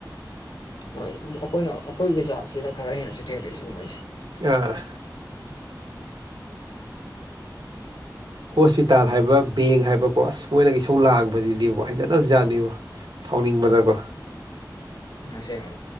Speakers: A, on the left (about 75°); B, on the right (about 75°).
A: ꯍꯣꯏ ꯑꯩꯈꯣꯏꯅ ꯑꯩꯈꯣꯏꯒꯤ ꯖꯥꯠꯁꯤꯅ ꯈꯔ ꯍꯦꯟꯅꯁꯨ ꯊꯦꯡꯅꯛꯏ ꯁꯤꯒꯨꯝꯕꯩꯁꯦ
B: ꯑ ꯍꯣꯁꯄꯤꯇꯥꯜ ꯍꯥꯏꯕ ꯕꯦꯡ ꯍꯥꯏꯕꯀꯣ ꯑꯁ ꯃꯣꯏꯅꯒ ꯏꯁꯧ ꯂꯥꯡꯕꯗꯨꯅꯦꯕ ꯍꯩꯅꯗꯕꯁꯠꯅꯤꯕꯣ ꯊꯥꯎꯅꯤꯡꯕꯗꯀꯣ
A: ꯑꯁꯦꯛꯕ